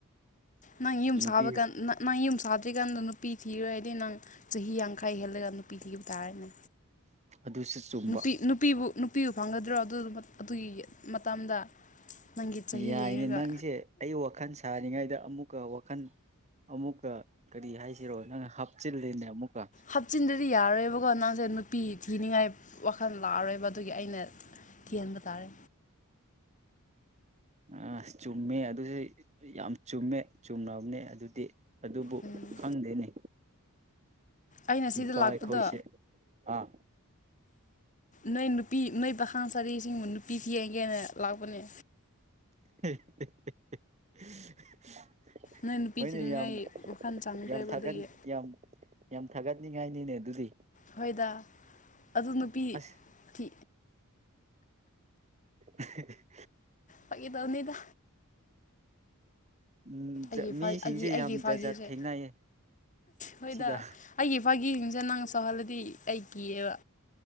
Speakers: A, on the left (about 35°); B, on the right (about 30°).
A: ꯅꯪ ꯌꯨꯝ
B: ꯅꯨꯄꯤ
A: ꯁꯕꯀꯟ ꯅꯪ ꯅꯪ ꯌꯨꯝ ꯁꯥꯗ꯭ꯔꯤꯀꯥꯟꯗ ꯅꯨꯄꯤ ꯊꯤꯔꯣꯏ ꯍꯥꯏꯗꯤ ꯅꯪ ꯆꯍꯤ ꯌꯥꯡꯈꯥꯏ ꯍꯦꯜꯂꯒ ꯅꯨꯄꯤ ꯊꯤꯕ ꯇꯥꯔꯦꯅꯦ꯫
B: ꯑꯗꯨꯁꯨ ꯆꯨꯝꯕ
A: ꯅꯨꯄꯤ ꯅꯨꯄꯤꯕꯨ ꯅꯨ ꯅꯨꯄꯤꯕꯨ ꯐꯪꯒꯗ꯭ꯔꯣ ꯑꯗꯨ ꯑꯗꯨꯒꯤ ꯃꯇꯝꯗ꯫ ꯅꯪꯒꯤ ꯆꯍꯤ
B: ꯌꯥꯏꯅꯦ
A: ꯌꯦꯡꯉꯒ
B: ꯅꯪꯁꯦ ꯑꯩ ꯋꯥꯈꯜ ꯁꯥꯔꯤꯉꯩꯗ ꯑꯃꯨꯛꯀ ꯋꯥꯈꯜ ꯑꯃꯨꯛꯀ ꯀꯔꯤ ꯍꯥꯏꯁꯤꯔꯣ ꯅꯪ ꯍꯥꯞꯆꯤꯜꯜꯂꯤꯅꯦ ꯑꯃꯨꯛꯀ꯫
A: ꯍꯥꯞꯆꯤꯟꯗ꯭ꯔꯗꯤ ꯌꯥꯔꯣꯏꯕꯀꯣ ꯅꯪꯁꯦ ꯅꯨꯄꯤ ꯊꯤꯅꯤꯡꯉꯥꯏ꯫ ꯋꯥꯈꯜ ꯂꯥꯛꯑꯔꯣꯏꯕ ꯑꯗꯨꯒꯤ ꯑꯩꯅ ꯊꯤꯍꯕ ꯇꯥꯔꯦ꯫
B: ꯑ ꯆꯨꯝꯃꯦ ꯑꯗꯨꯁꯨ ꯌꯥꯝ ꯆꯨꯝꯃꯦ꯫ ꯆꯨꯝꯅꯕꯅꯦ ꯑꯗꯨꯗꯤ ꯑꯗꯨꯕꯨ
A: ꯎꯝ
B: ꯈꯪꯗꯦꯅꯦ꯫
A: ꯑꯩꯅ
B: ꯅꯨꯄꯥ
A: ꯁꯤꯗ ꯂꯥꯛꯄꯗ꯫
B: ꯑꯩꯈꯣꯏꯁꯦ ꯑꯥ
A: ꯅꯣꯏ ꯅꯨꯄꯤ ꯅꯣꯏ ꯄꯥꯈꯥ ꯁꯥꯔꯤꯁꯤꯡꯕꯨ ꯅꯨꯄꯤ ꯊ ꯌꯦꯡꯒꯦꯅ ꯂꯥꯛꯄꯅꯦ꯫
B: <unintelligible>
A: ꯅꯣꯏ ꯅꯨꯄꯤ
B: ꯍꯣꯏꯅ
A: ꯊꯤꯅꯤꯡꯉꯥꯏ
B: ꯌꯥꯝ
A: ꯋꯥꯈꯜ ꯆꯪꯗ꯭ꯔꯦꯕ
B: ꯌꯥꯝ ꯊꯥꯒꯠ
A: ꯑꯗꯨꯒꯤ
B: ꯌꯥꯝ ꯌꯥꯝ ꯊꯥꯒꯠꯅꯤꯡꯉꯥꯏꯅꯤꯅꯦ ꯑꯗꯨꯗꯤ꯫
A: ꯍꯣꯏꯗ ꯑꯗꯨ ꯅꯨꯄꯤ
B: ꯑꯁ
A: ꯊꯤ
B: <inaudible>
A: ꯐꯒꯤꯗꯕꯅꯤꯗ
B: ꯎꯝ
A: ꯑꯩꯒꯤ
B: ꯃꯤꯁꯤꯡꯁꯦ
A: ꯑꯩꯒꯤ
B: ꯌꯥꯝ
A: ꯐꯥꯒꯤꯁꯦ
B: ꯖꯥꯠ ꯖꯥꯠ ꯊꯦꯡꯅꯩꯌꯦ
A: ꯍꯣꯏꯗ
B: ꯁꯤꯗ
A: ꯑꯩꯒꯤ ꯏꯄꯥꯒꯤꯁꯤꯡꯁꯦ ꯅꯪ ꯆꯥꯎꯧꯍꯜꯂꯗꯤ ꯑꯩ ꯀꯤꯑꯕ